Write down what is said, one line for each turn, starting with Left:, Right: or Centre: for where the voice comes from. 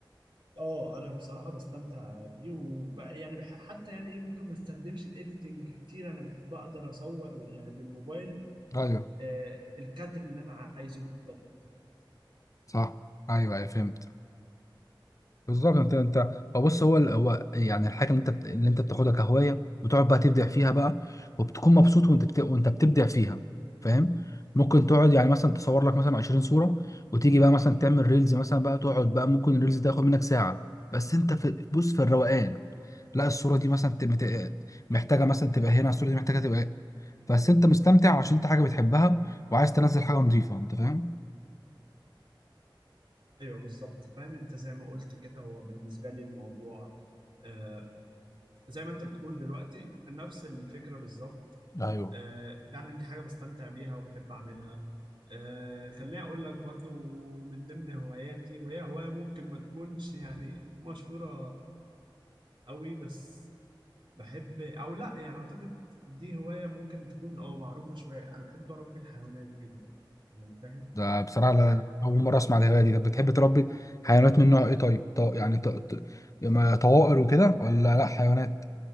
Right: اه انا بصراحه بستمتع بيه وب... يعني بح... حتى يعني ايه ممكن ما استخدمش الايديتنج كتير انا بح... بقدر اصور يعني بالموبايل
Left: ايوه
Right: آه الكادر اللي انا عايزه بالظبط
Left: صح ايوه ايوه فهمت بالظبط انت انت هو بص هو ال- هو يعني الحاجه اللي انت بت- اللي انت بتاخدها كهوايه بتقعد بقى تبدع فيها بقى وبتكون مبسوط وانت بت... وانت بتبدع فيها فاهم ممكن تقعد يعني مثلا تصور لك مثلا 20 صوره وتيجي بقى مثلا تعمل ريلز مثلا بقى تقعد بقى ممكن الريلز ده ياخد منك ساعه بس انت في بص في الروقان لا الصوره دي مثلا تبقى محتاجه مثلا تبقى هنا الصوره دي محتاجه تبقى بس انت مستمتع عشان انت حاجه بتحبها وعايز تنزل حاجه نظيفه انت فاهم
Right: ايوه بالظبط فاهم انت زي ما قلت كده هو بالنسبه لي الموضوع آه زي ما انت بتقول دلوقتي نفس الفكره بالظبط
Left: ايوه
Right: آه فعلا دي حاجه بستمتع بيها وبحب اعملها آه خليني اقول لك برضو من ضمن هواياتي وهي هوايه ممكن ما تكونش يعني مشهوره قوي بس بحب او لا يعني اعتقد دي هواية ممكن تكون اه معروفة شوية انا بحب اربي الحيوانات جدا يعني فاهم
Left: ده بصراحة لا-
Right: آه،
Left: أول مرة أسمع الهواية دي طب بتحب تربي حيوانات من نوع إيه طيب؟ ط- يعني ط... ط... يما طوائر وكده ولا لأ حيوانات